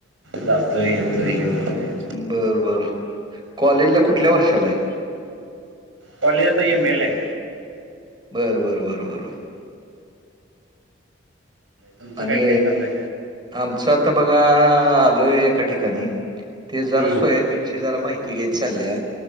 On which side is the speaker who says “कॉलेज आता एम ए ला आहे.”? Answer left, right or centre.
Right